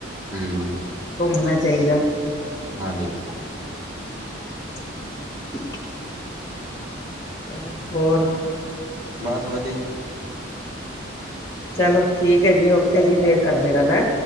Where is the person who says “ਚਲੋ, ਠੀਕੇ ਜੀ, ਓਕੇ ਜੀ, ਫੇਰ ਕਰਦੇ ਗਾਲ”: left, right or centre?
Left